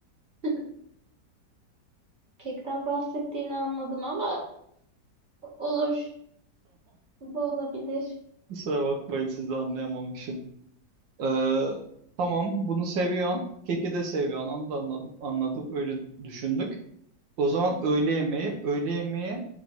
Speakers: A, on the right; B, on the right.
A: <laughs> kekten bahsettiğini anladım ama olur. Bu olabilir.
B: kusura bakmayın sizi anlayamamışım. Ee, tamam bunu seviyorsun. Keki de seviyorsun. Onu da anladım, anladık. Öyle düşündük. O zaman öğle yemeği. Öğle yemeği